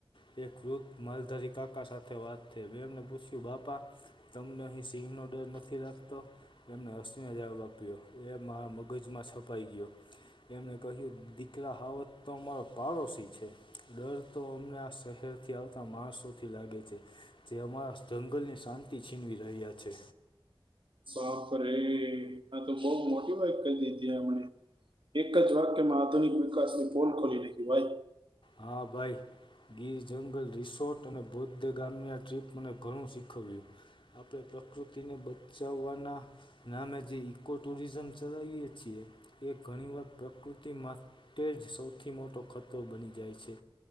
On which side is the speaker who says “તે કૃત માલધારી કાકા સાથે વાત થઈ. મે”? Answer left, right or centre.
Left